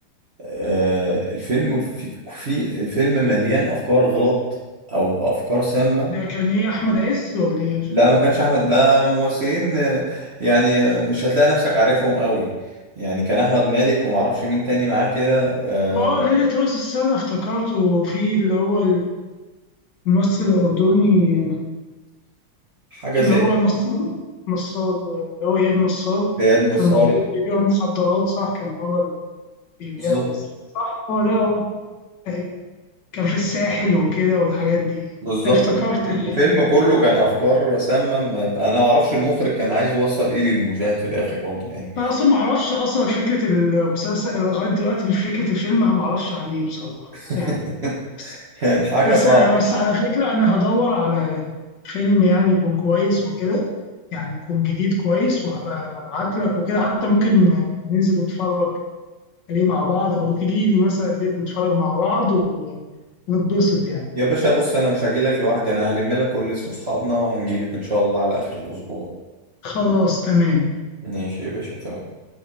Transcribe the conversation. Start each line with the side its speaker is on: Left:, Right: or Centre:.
Right: آه، الفيلم في في- الفيلم مليان افكار غلط او افكار سامه
Left: ده كان إيه أحمد عز ولا إيه؟
Right: لا ما كانش احمد ده ممثلين آه، يعني آه، مش هتلاقي نفسك عارفهم قوي يعني كان احمد مالك وما اعرفش مين تاني معاه كده آه،
Left: آه ليلة رأس السنة افتكرته في اللي هو الممثل الأردني
Right: حاجه
Left: اللي
Right: زي
Left: هو نصار نصار اللي هو إياد نصار
Right: اياد نصار
Left: كان موجود بيبيع مخدرات صح كان هو اللي بيبيع
Right: بالظبط
Left: صح هو ده هو أيوة. كان في الساحل وكده والحاجات دي
Right: بالظبط
Left: فافتكرت أيوة.
Right: الفيلم كله كان افكار سامه ما- انا ما اعرفش المخرج كان عايز يوصل ايه للمشاهد في الاخر برضه يعني
Left: أنا أصلا معرفش أصلا فكرة المسلسل لغاية دلوقتي فكرة الفيلم أنا معرفش عن إيه بصراحة
Right: <laughs>
Left: يعني بس
Right: يعني حاجه
Left: بس
Right: صعبه
Left: بس على فكرة أنا هدور على فيلم يعني يكون كويس وكده يعني يكون جديد كويس وهبقى أبعت لك وكده حتى ممكن ننزل نتفرج ليه مع بعض او تجيني مثلا البيت نتفرج مع بعض ونتبسط يعني
Right: يا باشا بص انا مش هجيلك لوحدي انا هلم لك كل اصحابنا وهنجيلك ان شاء الله على اخر الاسبوع
Left: خلاص تمام
Right: ماشي يا باشا تمام